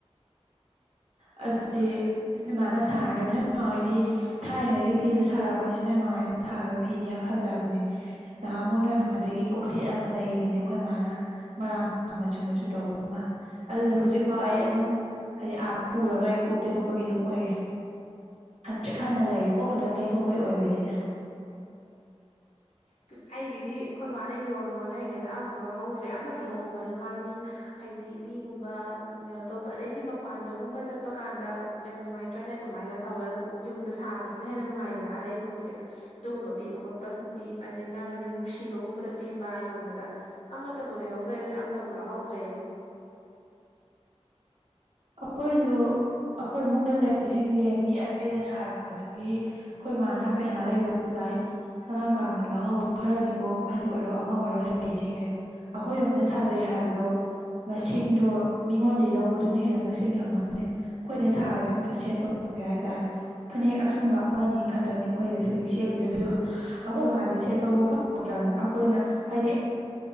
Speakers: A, on the right; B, on the left.
A: ꯑꯗꯨꯗꯤ ꯏꯁ ꯅꯣꯏ ꯃꯥꯥꯅ ꯁꯥꯔꯅꯦꯕ ꯅꯣꯏ ꯏꯃꯥ ꯍꯣꯏꯗꯤ ꯊꯥꯏꯅꯗꯒꯤ ꯐꯤꯗꯣ ꯁꯥꯔꯛꯄꯅꯤꯅ ꯅꯣꯏ ꯃꯥ ꯍꯣꯏꯅ ꯁꯥꯕ ꯐꯤꯗꯤ ꯌꯥꯝ ꯐꯖꯕꯅꯦ ꯅꯍꯥꯟꯃꯨꯛ ꯅꯣꯏꯃꯥꯗꯒꯤ ꯀꯣꯛꯁꯦꯠ ꯑꯃ ꯂꯩꯕꯅꯦ ꯑꯩꯈꯣꯏ ꯃꯥꯅ ꯃꯔꯥꯡ ꯃꯆꯨ ꯃꯆꯨ ꯇꯧꯕ ꯑꯃ ꯑꯗꯨꯗꯣ ꯍꯧꯖꯤꯛꯐꯥꯎ ꯑꯩ ꯑꯗꯨꯝ ꯍꯥꯏꯗꯤ ꯑꯥ ꯄꯨꯔꯒ ꯑꯩ ꯀꯣꯛ ꯇꯩꯊꯣꯛꯄꯒꯤ ꯑꯗꯨꯝ ꯑꯣꯏꯌꯦ ꯍꯟꯇ꯭ꯔꯤꯛ ꯍꯟꯅ ꯂꯩꯔꯤ ꯀꯣꯛ ꯈꯇꯪ ꯇꯩꯊꯣꯛꯄꯩ ꯑꯣꯏꯕꯅꯤꯅꯥ
B: <inaudible> ꯑꯩꯒꯤꯗꯤ ꯑꯈꯣꯏ ꯃꯥꯅ ꯌꯣꯟꯕ ꯍꯣꯠꯅꯔꯤꯉꯩꯗ ꯑꯝꯕꯣꯛ ꯂꯧꯍꯧꯗ꯭ꯔꯦ ꯑꯃꯗꯤ ꯂꯧꯍꯧꯕꯅꯦ ꯑꯗꯣ ꯃꯥꯗꯤ ꯃꯤꯅ ꯍꯥꯏꯗꯤ ꯃꯤꯒꯨꯝꯕ ꯀꯩꯅꯣ ꯇꯧꯕ ꯑꯗꯩꯗꯤ ꯃꯄꯥꯟꯗꯒꯨꯝꯕ ꯆꯠꯄ ꯀꯥꯟꯗ ꯌꯥꯝ ꯅꯨꯡꯉꯥꯏꯇ꯭ꯔꯅꯦ ꯑꯗꯨꯃꯥꯏꯅ ꯇꯧ ꯇꯋꯦꯜ ꯌꯨꯝꯗ ꯁꯥꯕꯁꯤꯅ ꯍꯦꯟꯅ ꯅꯨꯡꯉꯥꯏꯗꯅ ꯑꯔꯩꯕꯕꯨꯗꯤ ꯑꯗꯨꯒꯨꯝꯕ ꯄꯤꯕ ꯈꯣꯠꯄ ꯁꯨꯝ ꯄꯤꯕ ꯑꯗꯩ ꯃꯥꯅ ꯃꯤ ꯅꯨꯡꯁꯤꯕꯗꯒꯨꯝꯕꯗ ꯄꯤꯕ ꯌꯣꯟꯕꯗ ꯑꯃꯇꯕꯨ ꯂꯩꯍꯧꯗ꯭ꯔꯦ ꯑꯗꯨ ꯑꯃꯇꯕꯨ ꯂꯍꯧꯗ꯭ꯔꯦ ꯑꯩꯗꯤ <inaudible>
A: ꯑꯈꯣꯏꯖꯨ ꯑꯩꯈꯣꯏ ꯏꯃꯨꯡꯗ ꯂꯩꯔꯤꯁꯤꯡꯁꯦ ꯃꯤ ꯑꯇꯩꯅ ꯁꯥꯔꯛꯄꯗꯒꯤ ꯑꯩꯈꯣꯏ ꯃꯥꯅ ꯄꯩꯁꯥ ꯂꯩꯕ ꯇꯟꯖ ꯁꯅꯀꯥꯟꯗ ꯂꯧꯍꯧꯕ ꯈꯔꯅꯤꯀꯣ ꯐꯅꯦꯛ ꯑꯣꯏꯔꯣ ꯑꯃ ꯑꯣꯏꯔꯣ ꯂꯩꯁꯤꯡꯁꯦ ꯑꯩꯈꯣꯏꯔꯣꯝꯗ ꯁꯥꯖꯩ ꯍꯥꯏꯕꯗꯣ ꯃꯁꯤꯡꯗꯣ ꯃꯤꯉꯣꯟꯗꯩ ꯂꯧꯕꯗꯨꯅ ꯍꯦꯟꯅ ꯃꯁꯤꯡ ꯌꯥꯝꯃꯝꯅꯤ ꯑꯩꯈꯣꯏꯅ ꯁꯥꯕꯁꯦ ꯁꯦꯠꯄ ꯐꯪꯗꯦ ꯍꯥꯏꯇꯥꯔꯦ ꯐꯅꯦꯛ ꯑꯁꯨꯡꯕ ꯑꯃꯅꯤ ꯈꯛ ꯇꯅꯦ ꯑꯩꯈꯣꯏꯗ ꯍꯧꯖꯤꯛ ꯁꯦꯠꯂꯤꯁꯦ ꯑꯗꯨꯗ ꯑꯩꯈꯣꯏ ꯃꯥꯗꯤ ꯁꯦꯠꯄꯕꯨ ꯐꯪꯗ꯭ꯔꯕꯅꯤ ꯑꯩꯈꯣꯏꯅ ꯍꯥꯏꯗꯤ